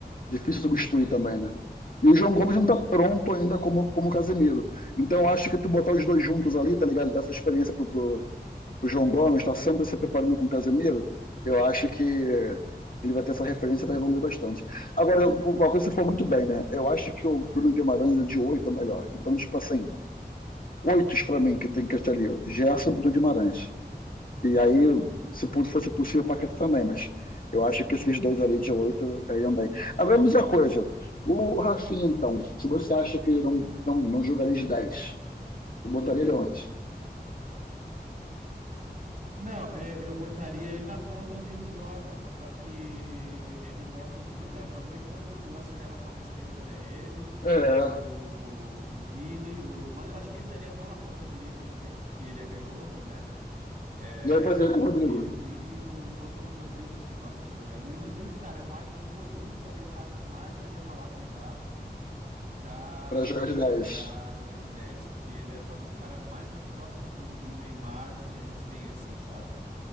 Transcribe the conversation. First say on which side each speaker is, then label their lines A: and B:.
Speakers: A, on the left; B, on the right.
A: difícil substituir também, né? E o João Gomes não
B: Pois
A: está pronto
B: é,
A: ainda como, como o Casemiro. Então, eu acho que tu botar os dois juntos ali, tá ligado? Dessa experiência pro, pro, pro João Gomes, tá sempre se preparando com o Casemiro, eu acho que ele vai ter essa referência e vai evoluir bastante. Agora, eu- uma coisa
B: pois
A: que você falou
B: é.
A: muito bem, né? Eu acho que o Bruno Guimarães é de oito é melhor. Então, tipo assim, oitos pra mim que tem que estar ali. Gerson, Bruno Guimarães. E aí, se pu- fosse possível, o Paquetá também, mas eu acho que esses dois ali de oito cairiam bem. Agora, me diz uma coisa. O Rafinha, então, se você acha que ele não, não, não jogaria de 10, tu botaria ele onde?
B: Não, é, eu botaria ele na ponta onde ele joga. Só que ele gosta de <laughs> jogar. O problema é que todo mundo gosta de jogar na ponta esquerda, né? Ele,
A: É.
B: o, o Vini, o... mas eu acho que ele daria bom na ponta direita também, porque ele é canhoto, né? É,
A: E aí fazer com o Rodrigo,
B: ele, o Vini e o, e o outro, o Rodrigo também gosta de jogar ali. E o Rodrigo, cara, eu acho que o Rodrigo daria o cara que mais daria pra lapidar pra
A: para jogar
B: meia,
A: de dez
B: pra jogar de 10, porque ele é talvez o cara mais próximo do, do Neymar do que a gente tem, assim, sabe?